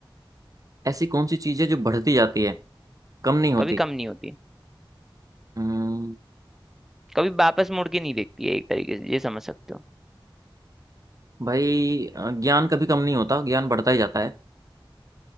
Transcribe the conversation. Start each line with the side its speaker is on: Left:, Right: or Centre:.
Right: ऐसी कौन सी चीज़ है जो बढ़ती जाती है कम नहीं होती
Centre: कभी कम नहीं होती
Right: हम्म
Centre: कभी वापस मुड़ के नहीं देखती है एक तरीके से ये समझ सकते हो
Right: भाई अ, ज्ञान कभी कम नहीं होता ज्ञान बढ़ता ही जाता है